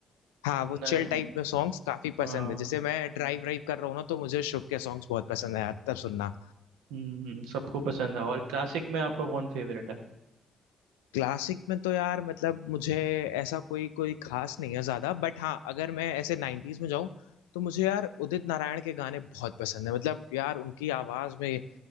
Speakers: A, on the left; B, on the right.
A: हाँ, वो
B: नहीं
A: चिल टाइप में सॉन्ग्स काफ़ी
B: हाँ
A: पसंद है। जैसे मैं ड्राइव वाइव कर रहा हूँ ना तो मुझे शुभ के सॉन्ग्स बहुत पसंद है यार तब सुनना।
B: हम्म हम्म, सबको पसंद है और क्लासिक में आपका कौन फेवरेट है
A: क्लासिक में तो यार मतलब मुझे ऐसा कोई कोई ख़ास नहीं है ज़्यादा बट हाँ, अगर मैं ऐसे 90s में जाऊँ तो मुझे यार उदित नारायण के गाने बहुत पसंद है। मतलब यार उनकी आवाज़ में